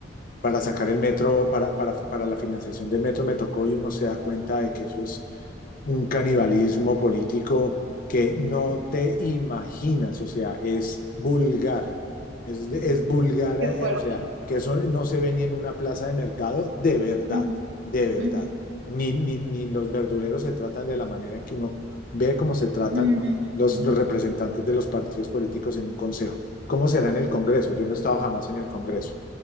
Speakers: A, on the left; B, on the right.
A: para sacar el metro, para, para, para la financiación del metro me tocó y uno se da cuenta de que eso es un canibalismo político que no te imaginas, o sea, es vulgar, es, es vulgar,
B: Qué
A: eh,
B: fuerte.
A: o sea, que eso no se ve ni en una plaza de mercado de verdad,
B: Ujú,
A: de verdad.
B: ujú,
A: Ni, ni, ni los verduleros se tratan de la manera en que uno ve cómo se tratan
B: ujú,
A: los, los representantes de los partidos políticos en un consejo. ¿Cómo será en el Congreso? Yo no he estado jamás en el Congreso.